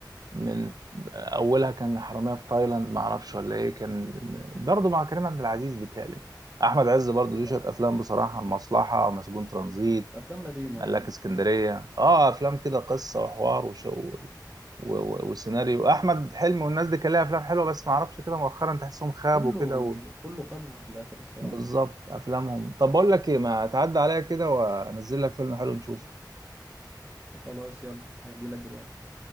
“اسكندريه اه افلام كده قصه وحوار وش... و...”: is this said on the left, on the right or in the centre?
Right